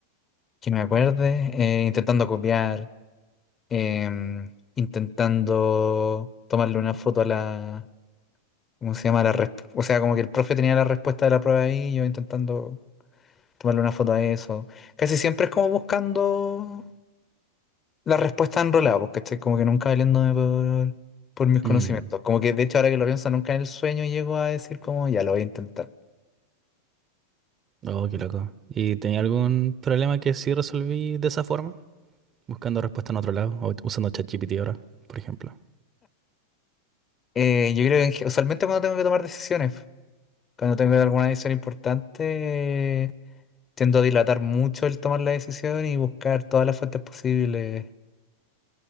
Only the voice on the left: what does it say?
Que me acuerde, eh, intentando copiar, em, intentando tomarle una foto a la, ¿cómo se llama? La resp- o sea, como que el profe tenía la respuesta de la prueba ahí, y yo intentando tomarle una foto a eso. Casi siempre es como buscando la respuesta enrolada, porque estoy como que nunca valiéndome por, por mis conocimientos.
Como que de hecho ahora que lo pienso, nunca en el sueño llego a decir como, ya lo voy a intentar.
Eh, yo creo que en ge- usualmente cuando tengo que tomar decisiones. Cuando tengo alguna decisión importante, eh, tiendo a dilatar mucho el tomar la decisión y buscar todas las fuentes posibles.